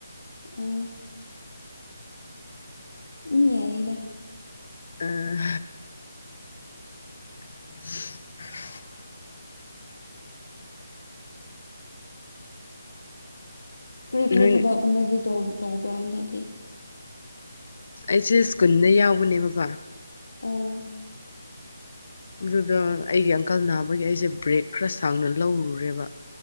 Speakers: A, on the left (about 75°); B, on the left (about 50°).
A: ꯎꯝ ꯎꯝ ꯌꯥꯏꯌꯦ
B: ꯎꯝ <unintelligible>
A: ꯀꯔꯤ ꯀꯔꯤ
B: ꯅꯣꯏ
A: ꯊꯕꯛꯀꯨꯝꯕꯗꯤ ꯇꯧꯕ꯭ꯔꯥ ꯍꯟꯗꯛꯇꯤ
B: ꯑꯩꯁꯦ ꯁ꯭ꯀꯨꯜꯗꯥ ꯌꯥꯎꯕꯅꯦꯕꯀꯣ
A: ꯑꯣ
B: ꯑꯗꯨꯒ ꯑꯩꯒꯤ ꯑꯪꯀꯜ ꯅꯥꯕꯒꯤ ꯑꯩꯁꯦ ꯕ꯭ꯔꯦꯛ ꯈꯔ ꯁꯥꯡꯅ ꯂꯧꯔꯨꯔꯦꯕ